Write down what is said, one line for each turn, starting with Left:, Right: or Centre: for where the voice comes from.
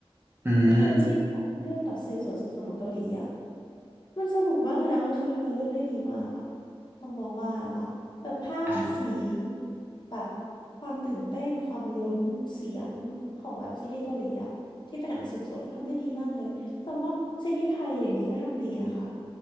Right: อืม
Left: คือยิ่งแบบเรื่องแบบสืบสวนสอบสวนของเกาหลีอะ มันสนุกมากเลยนะ คือเขาทำเนื้อเรื่องได้ดีมากอะต้องมองว่านะคะแบบภาพสี
Right: อ่ะ
Left: แบบความตื่นเต้นความลุ้นเสียงของแบบซีรีส์เกาหลีอะที่เป็นหนังสืบสวนเขาทำได้ดีมากเลย แต่ว่าซีรีส์ไทยเดี๋ยวนี้ก็ทำดีนะคะ